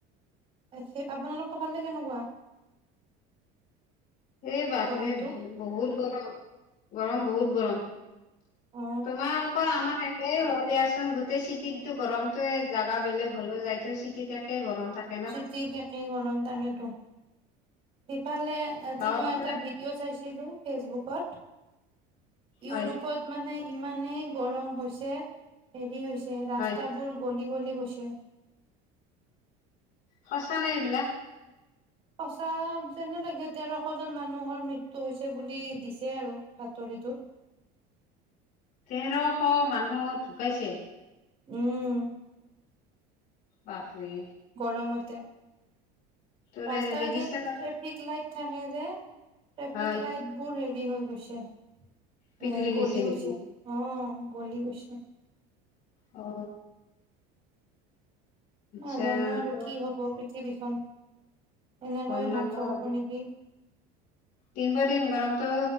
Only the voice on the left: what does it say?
সে বাপৰে
ভি বহুত গৰম গৰম বহুত গৰম।
তোমালোকৰ আমাৰে এ হয় দিয়াচোন গোটেই চিটিততো গৰমতোৱে জাগা বেলেগ হ'লেও যায়ত চিটিত একে গৰম থাকে ন
গাঁৱৰ
ফালে
হয়
হয়
সঁচা নে এইবিলাক?
তেৰশ মানুহ ঢুকাইছে।
বাপৰে
ত
ৰেজিষ্টাৰত
হয়
পিকলি
নেকি
অ। আচ্ছা
ত
গম নাপাও
দিন ব দিন গৰমটো